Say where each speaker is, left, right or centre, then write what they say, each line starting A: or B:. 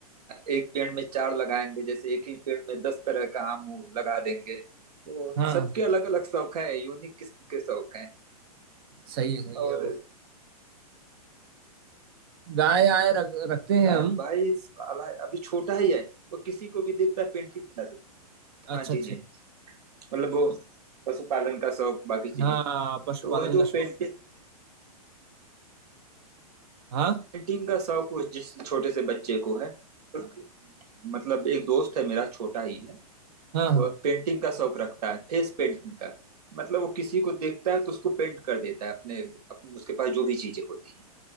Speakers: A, on the right; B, on the right.
A: एक पेड़ में चार लगाएंगे जैसे एक ही पेड़ में दस तरह का आम हो- लगा देंगे तो
B: हाँ
A: सबके अलग अलग शौक है यूनिक किस्म के शौक हैं
B: सही है सही
A: और
B: है वो गाय आए रख, रखते हैं
A: ताहिर
B: हम
A: भाई साला अभी छोटा ही है वो किसी को भी देखता है पेंटिंग बना देता है।
B: अच्छा
A: हाँ जी
B: अच्छा
A: जी मतलब वो पशुपालन का शौक बाकी चीजें
B: हाँ पशुपालन
A: तो वह जो
B: का शौक
A: पेंटिंग
B: हाँ
A: पेंटिंग का शौक उस जिस छोटे से बच्चे को है और मतलब एक दोस्त है मेरा छोटा ही है तो
B: हाँ हाँ
A: वह पेंटिंग का शौक रखता है फेस पेंटिंग का मतलब वो किसी को देखता है तो उसको पेंट कर देता है अपने, अपने उसके पास जो भी चीजें होती हैं